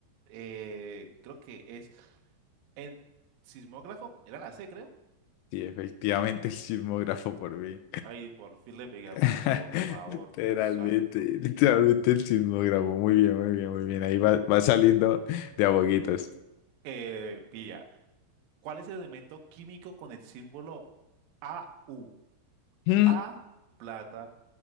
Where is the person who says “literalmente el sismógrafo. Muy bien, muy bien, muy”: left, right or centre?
Left